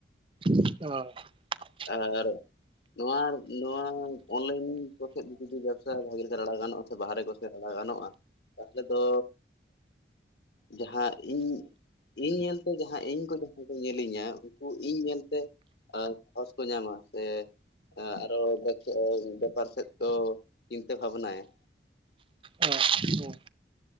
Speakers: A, on the right; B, on the left.
A: ᱚ
B: ᱟᱨ ᱱᱚᱣᱟ ᱱᱚᱣᱟ ᱚᱱᱞᱟᱭᱤᱱ ᱠᱚᱥᱮᱫ ᱡᱩᱫᱤ ᱵᱮᱵᱽᱥᱟ ᱵᱷᱟᱜᱤ ᱞᱮᱠᱟ ᱨᱟᱲᱟ ᱜᱟᱱᱚᱜᱼᱟ ᱥᱮ ᱵᱟᱦᱦᱨᱮ ᱠᱚ ᱨᱟᱲᱟ ᱜᱟᱱᱚᱜᱼᱟ ᱜᱟᱱᱚᱜᱼᱟ ᱛᱟᱦᱚᱞᱮ ᱫᱚ ᱡᱟᱦᱟᱸ ᱤᱧ ᱤᱧ ᱧᱮᱞᱛᱮ ᱡᱟᱦᱟᱸ ᱤᱧ ᱠᱚ ᱡᱟᱦᱟᱸᱭ ᱠᱚ ᱧᱮᱞᱤᱧᱟ ᱩᱱᱠᱩ ᱤᱧ ᱧᱮᱞᱛᱮ ᱟᱨ ᱥᱟᱦᱚᱥ ᱠᱚ ᱧᱟᱢᱟ ᱥᱮ ᱟᱨᱚ ᱵᱮᱯᱟᱨ ᱥᱮᱫ ᱠᱚ ᱪᱤᱱᱛᱟᱹ ᱵᱷᱟᱵᱽᱱᱟᱭᱟ᱾
A: ᱚ ᱦᱮ